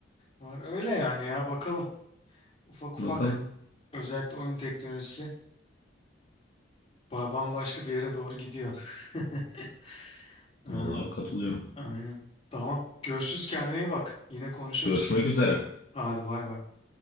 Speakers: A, on the left; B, on the left.
A: var. Öyle yani ya bakalım. Ufak ufak
B: Bakalım.
A: özellikle oyun teknolojisi. Ba- Bambaşka bir yere doğru gidiyor. <laughs> Ha,
B: Vallahi katılıyorum.
A: aynen. Tamam. Görüşürüz. Kendine iyi bak. Yine konuşuruz.
B: Görüşmek üzere.
A: Hadi bay bay.